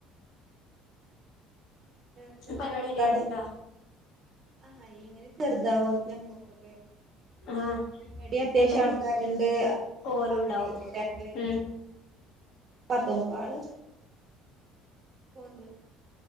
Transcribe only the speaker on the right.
എന്താ മഴ
ഇണ്ടോ അവിടെ
ആഹ് എങ്ങനെ ചെറുതാവോ ഞമ്മക്കൊക്കെ
ഇവടേം അത്യാവശ്യം
ആൾക്കാരുണ്ട്
അവിടെയില്ലേ
രണ്ട്പേരേം
പത്തുംമുപ്പാള് പോണ്ട്